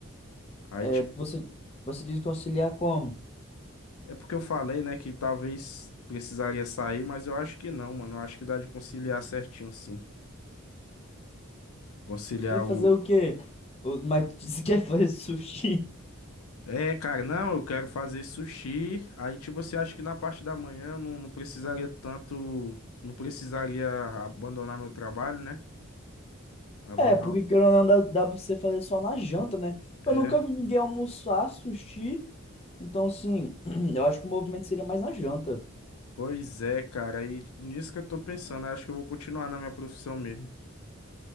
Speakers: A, on the left (about 85°); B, on the left (about 30°).
A: Aí,
B: É,
A: tipo
B: você, você diz que auxiliar como?
A: É porque eu falei, né, que talvez precisaria sair, mas eu acho que não, mano. Eu acho que dá de conciliar certinho, sim. Conciliar
B: Tu quer fazer
A: o.
B: o quê? O, mas <laughs> tu disse que quer fazer sushi? <laughs>
A: É, cara, não, eu quero fazer sushi. Aí, tipo, você acha que na parte da manhã eu não, não precisaria tanto. Não precisaria abandonar meu trabalho, né? Abandonar.
B: É, porque querendo ou não, dá, dá pra você fazer só na janta, né? Eu
A: É.
B: nunca vi ninguém almoçar sushi, então, assim, <clears throat> eu acho que o movimento seria mais na janta.
A: Pois é, cara. Aí nisso que eu tô pensando. eu acho que eu vou continuar na minha profissão mesmo.